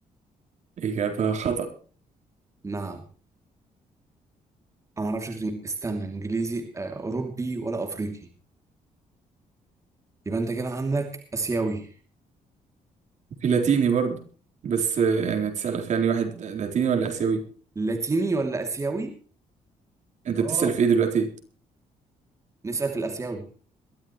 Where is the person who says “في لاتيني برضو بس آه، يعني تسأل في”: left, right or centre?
Right